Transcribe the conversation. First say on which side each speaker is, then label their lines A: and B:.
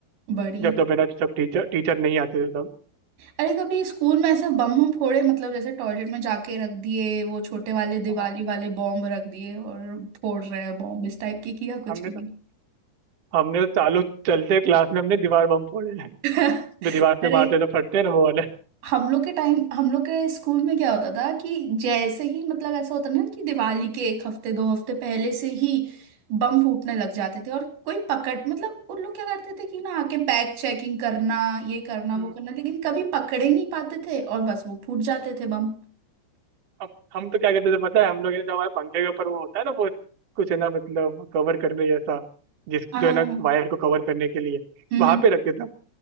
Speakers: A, on the right; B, on the right.
A: बढ़िया
B: जब जब है ना सब टीचर टीचर नहीं आते थे तब
A: अरे कभी स्कूल में ऐसे बम बम फोड़े मतलब जैसे टॉयलेट में जाके रख दिए वो छोटे वाले दिवाली
B: हाँ,
A: वाले बॉम्ब रख दिए और फोड़ रहे हैं बॉम्ब इस टाइप की किया कुछ
B: हमने
A: भी
B: तो हमने तो चालू चलते क्लास में हमने दीवार बम फोड़े हैं।
A: <laughs>
B: जो दीवार पे
A: अरे
B: मारते तो फटते हैं ना वो
A: हम लोग के टाइम हम लोग के स्कूल में क्या होता था कि जैसे ही मतलब ऐसा होता ना कि दिवाली के एक हफ्ते दो हफ्ते पहले से ही बम फूटने लग जाते थे और कोई पकड़ मतलब उन लोग क्या करते थे कि ना आके बैग चेकिंग करना ये करना
B: वाले
A: वो करना लेकिन कभी पकड़े ही नहीं पाते थे और बस वो फूट जाते थे बम
B: हम हम तो क्या करते थे पता है हम लोग है ना, जो हमारे पंखे के ऊपर वो होता है ना वो कुछ है ना मतलब कवर करने जैसा जिस
A: हाँ
B: जो है ना
A: हम्म
B: वायर को कवर करने के लिए
A: हम्म,
B: वहां पे रखते थे